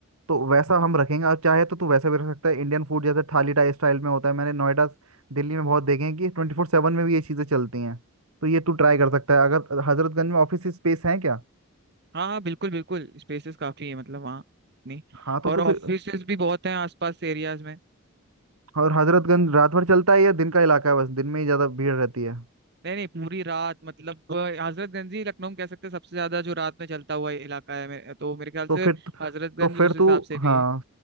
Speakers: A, on the right (about 85°); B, on the right (about 50°).
A: तो वैसा हम रखेंगे और चाहे तो तू वैसा भी रख सकता है इंडियन फूड जैसे थाली टाइप स्टाइल में होता है मैंने नोएडा दिल्ली में बहुत देखे हैं कि ट्वेंटी फोर सेवन में भी ये चीज़ें चलती हैं तो ये तू ट्राई कर सकता है अगर हजरतगंज में ऑफिस स्पेस है क्या
B: हाँ हाँ बिल्कुल बिल्कुल स्पेसेस काफी है मतलब वहाँ नहीं
A: हाँ तो
B: और
A: तू
B: ऑफिसेज
A: फिर
B: भी बहुत हैं आसपास एरियाज में
A: और हजरतगंज रात भर चलता है या दिन का इलाका है बस दिन में ही ज़्यादा भीड़ रहती है
B: नहीं नहीं पूरी रात मतलब अ, हजरतगंज ही लखनऊ में कह सकते हैं सबसे ज्यादा जो रात में चलता हुआ इलाका है मेरे, तो मेरे ख्याल
A: तो
B: से
A: फिर तू-
B: हजरतगंज
A: तो फिर
B: उस
A: तू
B: हिसाब से
A: हाँ
B: भी है